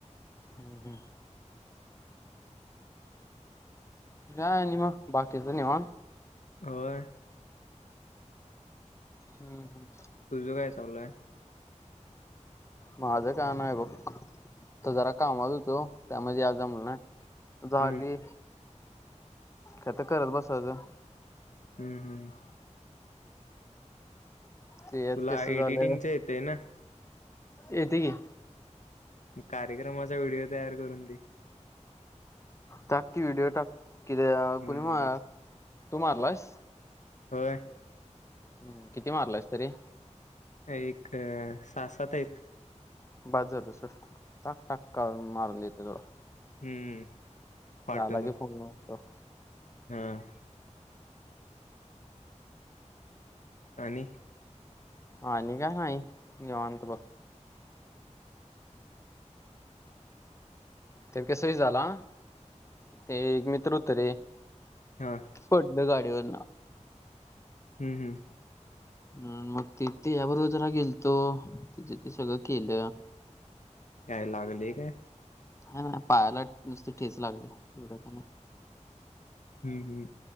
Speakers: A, on the left (about 25°); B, on the left (about 75°).
A: हम्म, हम्म. काय आणि मग बाकीच निवांत.
B: होय.
A: हम्म, हम्म.
B: तुझ काय चालू आहे?
A: माझं काम आहे बघ. आता जरा कामत होतो त्यामध्ये आज जमल नाही. झाली
B: हम्म
A: आता करत बसायच.
B: हम्म, हम्म
A: ते यात
B: तुला
A: कसं
B: एडिटिंग
A: झालं
B: च येतय ना?
A: येते की.
B: कार्यक्रमाचा व्हिडिओ तयार करून दे.
A: टाकी व्हिडिओ टाक कि
B: हम्म
A: कुणी म तु मारलायेस?
B: होय.
A: हम्म, किती मारल्यास तरी?
B: एक साहा, सात आहेत.
A: बास झाल चल टाक, टाक मारून देतो तोवर.
B: हम्म.. पाठवतो
A: झाला की फोन लावतो‌
B: हा.. आणि?
A: आणि काय नाही निवांत बघ. तर कसही झाला ते एक मित्र होत रे
B: हा.
A: पडलो गाडीवरन.
B: हम्म, हम्म.
A: हम्म, मग ति तिच्या बरोबर जरा गेलतो तिचे ते सगळं केल.
B: काय लागले काय?
A: ह ना पाहायला नुसती ठेच लागले एवढ्या का नाही.
B: हम्म, हम्म